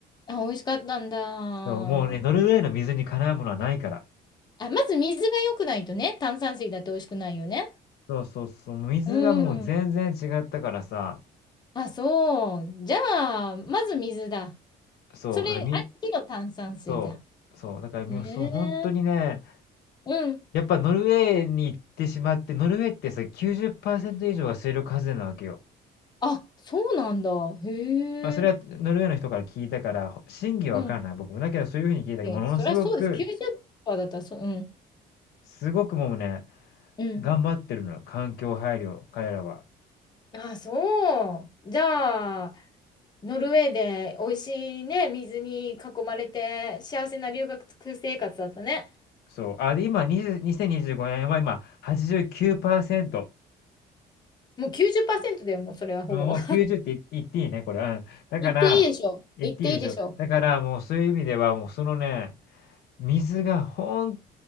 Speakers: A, on the left; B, on the left.
A: あ、美味しかったんだ。あ、
B: そう、もうね、ノルウェーの水にかなうものはないから。
A: まず水が良くないとね、炭酸水だって美味しくないよね。
B: そうそうそう、もう水がもう全然違ったからさ、
A: うん。あ、そう。じゃあ、まず水だ。
B: そう、
A: それ、
B: だからみ
A: ありきの炭酸水だ。
B: そう、そう、だからみそう本当にね、
A: へえ。うん。
B: やっぱノルウェーに行ってしまって、ノルウェーってさ、90%以上が水力発電なわけよ。
A: あ、そうなんだ。へえ。
B: まあ、それはノルウェーの人から聞いたから、ほ真偽はわからない、
A: うん。
B: 僕も。だけどそういう風に聞いたけど、
A: いや、
B: ものすごく、
A: そりゃそうです。90%だったら、そう、うん。
B: すごくもうね、
A: うん。
B: 頑張ってるのよ、環境配慮、彼らは。
A: あ、そう。じゃあ、ノルウェーで美味しいね、水に囲まれて幸せな留学生活だったね。
B: そう。あ、で、今、20、2 5年は今、89%。
A: もう90%だよ、もうそれはほぼ。
B: もう90って言言っていいね、
A: <laughs>
B: これ。うん。だから、
A: 言っていいでしょ。
B: 言っていいでしょ。
A: 言っていいでしょ。
B: だから、もうそういう意味では、もうそのね、水がほん